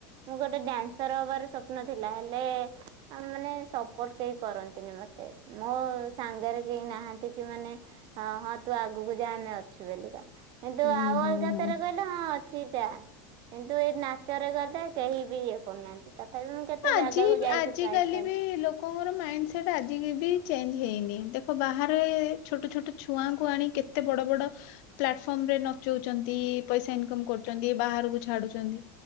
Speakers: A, on the right; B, on the left.
A: ମୁଁ ଗୋଟେ ଡ୍ୟାନ୍ସର ହବାର ସ୍ୱପ୍ନ ଥିଲା ହେଲେ ଆଉ ମାନେ ସପୋର୍ଟ କେହି କରନ୍ତିନି ମତେ ମୋ ସାଙ୍ଗରେ କେହି ନାହାନ୍ତି କି ମାନେ ହଁ ହଁ ତୁ ଆଗକୁ ଯାଆନା ଅଛୁ ବୋଲିକା କିନ୍ତୁ
B: ହୁଁ
A: ଆଉ
B: ହୁଁ
A: ଅଲଗା
B: ହୁଁ
A: ତାର ଗଲେ ହଁ ଅଛି ଯାଆ କିନ୍ତୁ ଏଇ ନାଚରେ ଗଲେ କେହି ବି ଇଏ କରୁନାହାନ୍ତି ତଥାପି ମୁଁ କେତେ
B: ଆଜି
A: ଜାଗାକୁ ଯାଇକି
B: ଆଜିକାଲି
A: ପ୍ରାଇଜ୍ ପାଏ।
B: ବି ଲୋକଙ୍କର ମାଇଣ୍ଡ୍ ସେଟ୍ ଆଜିକି ବି ଚେଞ୍ଜ୍ ହେଇନି ଦେଖ ବାହାରେ ଛୋଟ ଛୋଟ ଛୁଆଙ୍କୁ ଆଣି କେ ଏତେ ବଡ ବଡ ପ୍ଲାଟଫର୍ମ ରେ ନଚଉଚନ୍ତି, ପଇସା ଇନ୍କମ୍ କରୁଚନ୍ତି, ବାହାରକୁ ଛାଡୁଛନ୍ତି।